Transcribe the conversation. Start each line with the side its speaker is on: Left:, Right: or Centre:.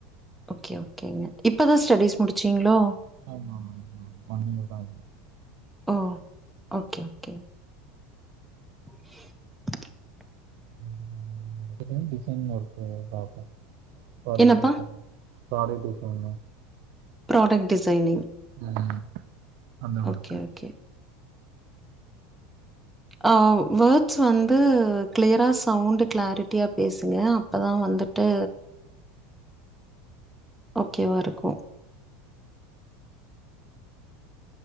Centre: ஓகே ஓகேங்க இப்பதா ஸ்டடிஸ் முடிச்சீங்ளோ
Right: ஆமா ஆமாங் மேம் ஒன் இயர்தா ஆகுது
Centre: ஓ ஓகே ஓகே <inaudible>
Right: ம் அதுக்கு டிசைன் ஒர்க்கு பாக்வோ ப்ராடக்ட்
Centre: என்னப்பா?
Right: Design product design
Centre: product designing
Right: ம் அந்தவொர்க்கு
Centre: ஓகே ஓகே. அ வேர்ட்ஸ் வந்து கிளியரா சவுண்டு கிளாரிட்டியா பேசுங்க அப்பதா வந்துட்டு ஓகேவா இருக்கு